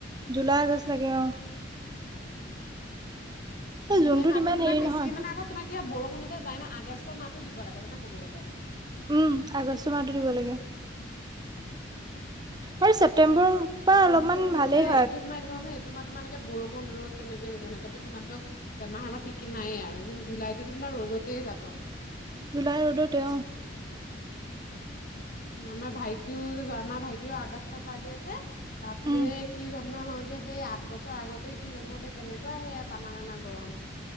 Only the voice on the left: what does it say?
উম!
সেই মাহত
তোমাৰ,
বেছি
মানে, আকৌ তোমাৰ কি হয়, বৰষুণতে যায় ন'! আগষ্টৰ মাহতো দিব লাগে, জানা ক'ব গ'লে।
আগষ্ট
মানে,
বেছি হয়! এইটো তোমাৰ, এইটো চাবাচোন? তোমাৰ এনেকে, বৰষুণ-ৰ'দ তেনেকে, যেনেকেটো কিমানটো বেমাৰ হ'ব ঠিকেই নাই আৰু। জুন- জুলাইটো তোমাৰ ৰ'দতেই যাব।
আমাৰ ভাইটিও, আমাৰ ভাইটিৰো আগষ্টত বাৰ্থডে আছে, বাপৰে!
সি জন্ম হওঁতে সেই আঠ বছৰ আগতেই, সি জন্মতে, কেনেকুৱা সেয়া, টানা-টানা গৰম।